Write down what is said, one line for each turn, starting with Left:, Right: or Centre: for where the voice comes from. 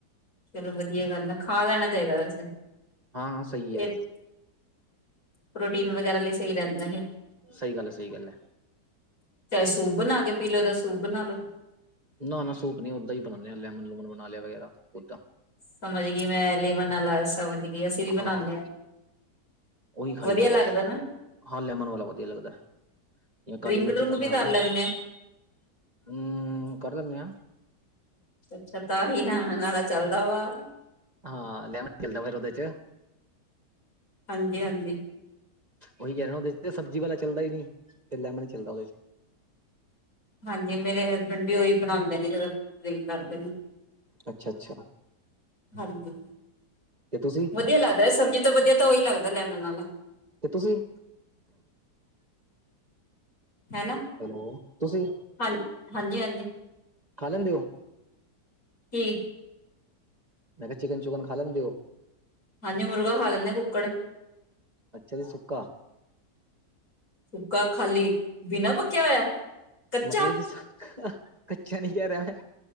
Left: ਚੱਲੋ ਵਧੀਆ ਗੱਲ ਐ, ਖਾ ਲੈਣਾ ਚਾਹੀਦਾ ਵੈਸੇ।
Right: ਹਾਂ-ਹਾਂ ਸਹੀ ਆ।
Left: ਇਹ ਪ੍ਰੋਟੀਨ ਵਗੈਰਾ ਲਈ ਸਹੀ ਰਹਿੰਦਾ ਏ।
Right: ਸਹੀ ਗੱਲ ਏ, ਸਹੀ ਗੱਲ ਏ।
Left: ਚਾਹੇ ਸੂਪ ਬਣਾ ਕੇ ਪੀਲੋ, ਇਹਦਾ ਸੂਪ ਬਣਾਲੋ।
Right: ਨਾ-ਨਾ ਸੂਪ ਨੀ ਉੱਦਾਂ ਹੀ ਬਣਾਦੇ ਲੈਮਨ-ਲੂਮਨ ਬਣਾ ਲਿਆ ਵਗੈਰਾ ਉਦਾਂ।
Left: ਸਮਝ ਗਈ ਮੈਂ ਲੇਮਨ ਆਲਾ ਸਮਝ ਗੀ ਅਸੀਂ ਵੀ ਬਣਾਣੇ
Right: ਹਾਂ
Left: ਆ।
Right: ਉਹੀ ਖਾਈਦਾ
Left: ਵਧੀਆ ਲੱਗਦਾ
Right: ਬਸ।
Left: ਨਾ
Right: ਹਾਂ, ਲੈਮਨ ਵਾਲਾ ਵਧੀਆ ਲੱਗਦਾ ਆ। ਜਿਵੇਂ
Left: ਡਰਿੰਕ
Right: ਕਾਲੀ ਮੱਛੀ
Left: ਡਰੁੰਕ
Right: ਕਾ
Left: ਵੀ
Right: ਬਣਾ
Left: ਕਰ
Right: ਲਿਆ।
Left: ਲੈਂਦੇ
Right: ਹਮ ਕਰ ਲੈਣੇ ਆ।
Left: ਅੱਛਾ ਤਾਂਹੀ ਲੈਮਨ ਆਲਾ ਚੱਲਦਾ ਵਾਂ।
Right: ਹਾਂ ਲੈਮਨ ਚੱਲਦਾ ਫੇਰ ਉਹਦੇ 'ਚ।
Left: ਹਾਂਜੀ-ਹਾਂਜੀ।
Right: ਉਈ ਉਹਦੇ ਚ ਤੇ ਸਬਜ਼ੀ ਵਾਲਾ ਚੱਲਦਾ ਈ ਨਹੀਂ ਤੇ ਲੈਮਨ ਚੱਲਦਾ ਉਹਦੇ 'ਚ।
Left: ਹਾਂਜੀ ਮੇਰੇ ਹਸਬੈਂਡ ਵੀ ਉਈ ਬਣਾਦੇ ਨੇ ਜਦੋਂ ਡਰਿੰਕ ਕਰਦੇ ਨੇ।
Right: ਅੱਛਾ ਅੱਛਾ
Left: ਹਾਂਜੀ।
Right: ਤੇ ਤੁਸੀ?
Left: ਵਧੀਆ ਲੱਗਦਾ, ਸਬਜ਼ੀ ਤੋਂ ਵਧੀਆ ਤਾਂ ਉਹੀ ਲੱਗਦਾ ਲੈਮਨ ਆਲਾ।
Right: ਤੇ ਤੁਸੀਂ,
Left: ਹੈਨਾ
Right: ਹੈਲੋ, ਤੁਸੀਂ
Left: ਹਾਂ ਹਾਂਜੀ-ਹਾਂਜੀ
Right: ਖਾ ਲੈਂਦੇ ਉਹ?
Left: ਠੀਕ।
Right: ਮੈਂ ਕਿਹਾ ਚਿਕਨ-ਚੁਕਨ ਖਾ ਲੈਂਦੇ ਓ?
Left: ਹਾਂਜੀ ਮੁਰਗਾ ਖਾ ਲੈਣੇ ਆ ਕੁੱਕੜ।
Right: ਅੱਛਾ ਜੀ ਸੁੱਕਾ
Left: ਸੁੱਕਾ ਖਾਲੀ ਬਿਨ੍ਹਾਂ ਪੱਕਿਆ ਹੋਇਆ। ਕੱਚਾ
Right: ਮਤਲਬ ਕਿ ਕੱਚਾ ਨੀ ਕਹਿ ਰਿਹਾ ਮੈਂ